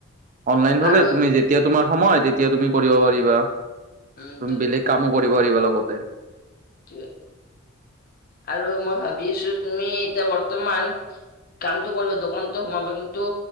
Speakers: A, on the right (about 35°); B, on the left (about 45°).
A: অনলাইন হলে
B: আৰু
A: তুমি যেতিয়া তোমাৰ সময় তেতিয়া তুমি কৰিব পাৰিবা।
B: উম
A: তুমি বেলেগ কামো কৰিব পিবা লগতে।
B: ে আৰু মই ভাবি আছো তুমি এতিয়া বৰ্তমান। কামটো কৰিব দোকানতো সোমাব কিন্তু